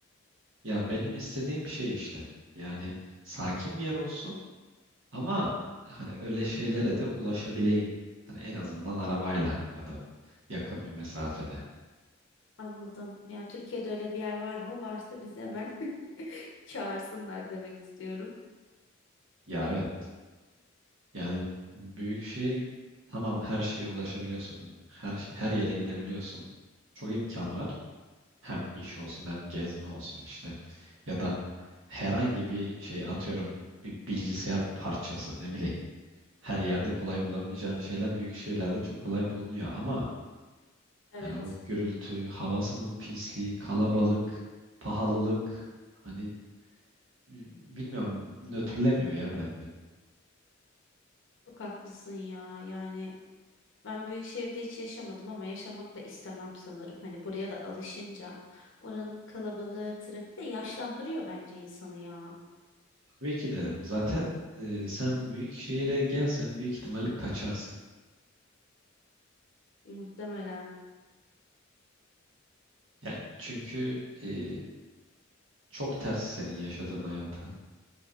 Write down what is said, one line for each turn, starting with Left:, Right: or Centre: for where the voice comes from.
Right: Ya benim istediğim şey işte. Yani sakin bir yer olsun ama hani öyle şeylere de ulaşabileyim. Hani en azından arabayla ya da yakın bir mesafede.
Left: Anladım. Yani Türkiye'de öyle bir yer var mı? Varsa bizi hemen <laughs> çağırsınlar demek istiyorum.
Right: Ya evet. Yani büyük şehir tamam her şeye ulaşabiliyorsun. Her her yere gidebiliyorsun. Çok imkan var. Hem iş olsun hem gezme olsun işte. Ya da herhangi bir şey atıyorum bir bilgisayar parçası ne bileyim. Her yerde kolay bulamayacağın şeyler büyük şehirlerde çok kolay bulunuyor ama
Left: Evet.
Right: Yani o gürültü, havasının pisliği, kalabalık, pahalılık hani bi- bilmiyorum nötrlemiyor ya bence.
Left: Çok haklısın ya. Yani Ben büyük şehirde hiç yaşamadım ama yaşamak da istemem sanırım. Hani buraya da alışınca oranın kalabalığı, trafiği de yaşlandırıyor bence insanı ya.
Right: Tabii ki de zaten e, sen büyük şehire gelsen büyük ihtimal kaçarsın.
Left: Muhtemelen.
Right: Ya çünkü e, çok ters senin yaşadığın hayata.